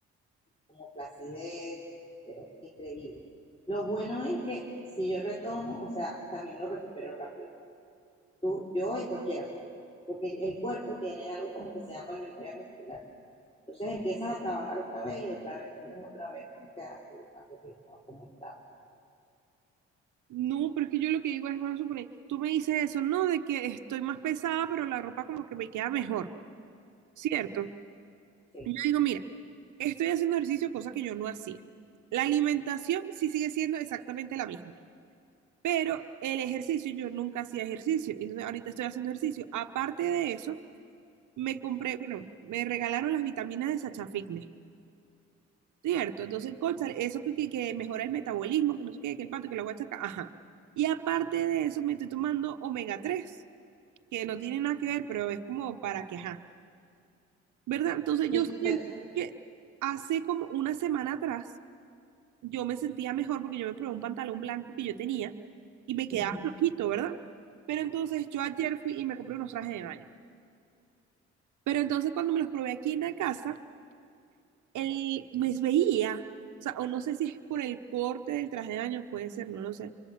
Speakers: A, on the left; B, on the right.
A: como flacidez pero increíble. Lo bueno es que si yo retomo, o sea, también lo recupero rápido. Tú, yo y cualquiera, pues. Porque el cuerpo tiene algo como que se llama memoria muscular. Entonces empiezas a trabajar otra vez y otra vez vuelves otra vez como que a tu, a tu ritmo, a cómo estás.
B: no, pero es que yo lo que digo es, vamos a suponer, tú me dices eso, no, de que estoy más pesada, pero la ropa como que me queda mejor, ¿cierto?
A: Sí,
B: Y Yo digo, mira, estoy haciendo ejercicio, cosa que yo no hacía. La alimentación sí sigue siendo exactamente la misma. Pero el ejercicio, yo nunca hacía ejercicio, entonces ahorita estoy haciendo ejercicio. Aparte de eso, me compré, bueno, me regalaron las vitaminas de Sacha Fitness, ¿cierto? Entonces, cónchale, eso que, que, que mejora el metabolismo, que no sé qué, que el pato, que lo voy a sacar, ajá. Y aparte de eso, me estoy tomando omega 3 que no tiene nada que ver, pero es como para que, ajá, ¿verdad? Entonces
A: sí
B: yo siento
A: pero,
B: que hace como una semana atrás, yo me sentía mejor porque yo me probé un pantalón blanco que yo tenía y me quedaba
A: ujú.
B: flojito, ¿verdad? Pero entonces yo ayer fui y me compré unos trajes de baño. Pero entonces cuando me los probé aquí en la casa, él me veía, o sea, o no sé si es por el corte del traje de baño, puede ser, no lo sé,